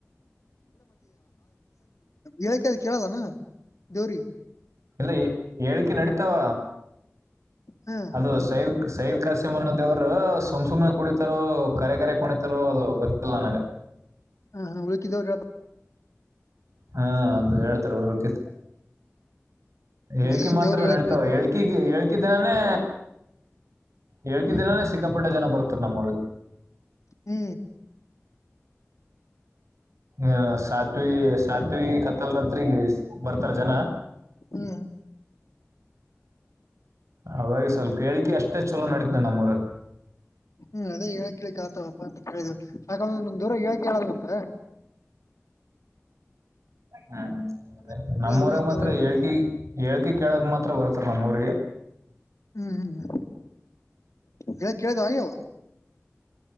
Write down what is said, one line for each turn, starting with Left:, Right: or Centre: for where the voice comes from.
Left: ಹೇಳಿಕೆ ಕೇಳಲ್ಲನಾ ದೇವ್ರಗಿ.
Right: ಇಲ್ಲ ಹೇಳಿಕೆ ನಡೀತಾವ.
Left: ಹಾ
Right: ಅದು ಸೈಲ್ ಸೈಲ್ ಕಾಸಿಮನ್ನ ದೇವರು. ಸುಮ್ ಸುಮ್ನೆ ಕುಡಿತಾರೋ ಕರೆ ಕರೆ ಕುಣಿತಾರೋ ಅದು ಗೊತ್ತಿಲ್ಲ ನನಗೆ.
Left: ಹಾ ಹಾ ಉಳಿಕಿದವ್ರ ಹೇಳ್
Right: ಹಾ ಅದು ಹೇಳ್ತಾರೆ ಉಳಕಿದರ ಹೇಳಿಕೆಮಾತ್ರ
Left: ಅದೇನ್ ದೇವ್ರು ಹೇಳಕ್
Right: ನಡತಾವ
Left: ಗಿಳಕ್ ಹೇಳ್ತಾರ
Right: ಹೇಳಕಿ ಹೇಳಕಿ ದಿನಾನೇ. ಹೇಳಿಕಿ
Left: ಹ್ಮ್
Right: ದಿನಾನೇ ಸಿಕ್ಕಾಪಟ್ಟೆ ಜನ ಬರ್ತರ್ ನಮ್ಮ ಊರಿಗಿ.
Left: ಹ್ಮ್
Right: ಏ ಸಾತ್ವಿ ಸಾತ್ವಿ ಕತ್ತಲ್ ರಾತ್ರಿಗೆ ಬರ್ತಾರ ಜನ
Left: ಹ್ಮ್
Right: ಹಾಗಾಗಿ ಸ್ವಲ್ಪ ಹೇಳಿಕೆ ಅಷ್ಟೇ ಚೊಲೋ ನಡೀತವ ನಮ್ಮ ಊರಾಗ
Left: ಹ್ಮ್ ಅದೇ ಹೇಳ ಕಿಳಿಕ್ ಆತಾವಪ್ಪಾ ಅಂತ ಕೇಳಿದವು ಯಾಕಂದ ದೂರ ಹೇಳಿಕೆ ಹೇಳಲ್ಲ ಅಂದ್ರ
Right: ಹ್ಮ್
Left: ಅದಕ್
Right: ನಮ್ಮ
Left: ಕೇಳಿದ್ವಿ
Right: ಉರಾಗ
Left: ಹೇಳಕ್
Right: ಮಾತ್ರ
Left: ಯಾರ್ ಹೇಳ್ತಾರ
Right: ಹೇಳಿಕಿ ಹೇಳಕಿ ಕೇಳಕ್ ಮಾತ್ರ ಬರ್ತಾರ ನಮ್ಮೂರಿಗೆ
Left: ಹ್ಮ್ ಹ್ಮ್ ಹೇಳಿದ್ ಕೇಳಿದ್ ಯವ್ವ.